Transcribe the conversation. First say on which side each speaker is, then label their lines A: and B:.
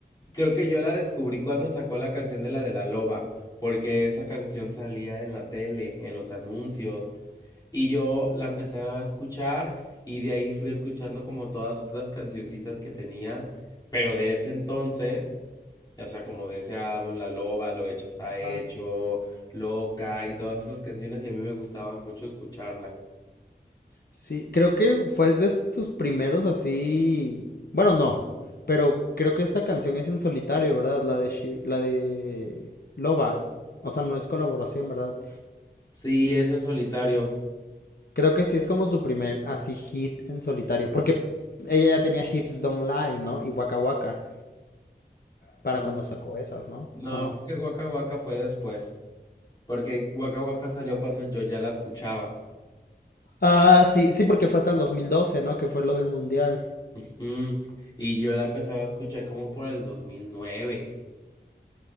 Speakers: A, on the left (about 25°); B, on the left (about 60°).
A: creo que yo la descubrí cuando sacó la canción de la de la loba, porque esa canción salía en la tele, en los anuncios, Y yo la empecé a escuchar y de ahí fui escuchando como todas otras cancioncitas que tenían, pero de ese entonces, o sea, como de ese álbum, La Loba, Lo Hecho Está Hecho,
B: Más.
A: Loca y todas esas canciones y a mí me gustaba mucho escucharla.
B: Sí, creo que fue de sus primeros así, bueno, no, pero creo que esa canción es en solitario, ¿verdad? La de Shi- la de Loba. O sea, no es colaboración, ¿verdad?
A: Sí, es en solitario.
B: Creo que sí es como su primer así hit en solitario, porque ella ya tenía Hips Don't Lie, ¿no? Y Waka Waka para
A: Mm.
B: cuando sacó esas, ¿no?
A: No,
B: ¿O no?
A: creo que Waka Waka fue después, porque Waka Waka salió cuando yo ya la escuchaba.
B: Ah, sí, sí, porque fue hasta el 2012, ¿no? Que fue lo del mundial.
A: Ujú. Y yo la empezaba a escuchar como por el dos mil nueve